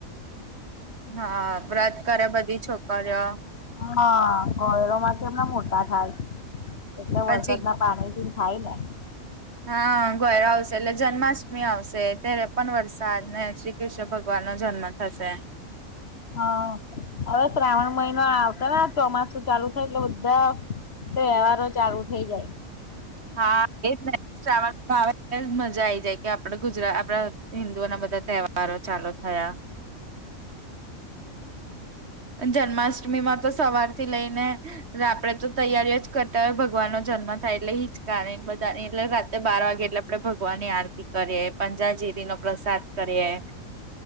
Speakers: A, on the right; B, on the left.
A: હા વ્રત કરે બધી છોકરીઓ.
B: હા ગરોમાં કે એમને મોતા થાય એટલે
A: પછી
B: વરસાદ ના પાણીથી. થાઈને
A: હા ગયયો આવશે એટલે જન્માષ્ટમી આવશે ત્યારે પણ વરસાદ ને શ્રી કૃષ્ણ ભગવાન નો જન્મ થશે
B: હા હવે શ્રાવણ મહિનો આવતા ને ચોમાસું ચાલુ થાય એટલે બધા તો વહેવારો ચાલુ થઇ જાય.
A: હા એાવ મજા આ આવી જાય કે આપડ ગુજરાત આપડા હિન્દુઓ ના બધા તહેવારો ચાલુ થયા. જન્માષ્ટમી માં તો સવારથી લઈને આપડે તો તૈયારીઓ જ કરતા હોય ભગવાન નો જન્મ થાય એટલે હિચકા બધા ની એટલે રાત્રે બાર વાગે એટલે આપડણે ભગવાનની આરતી કરીએ પંજાજીરીનોો પ્રસાદ કરી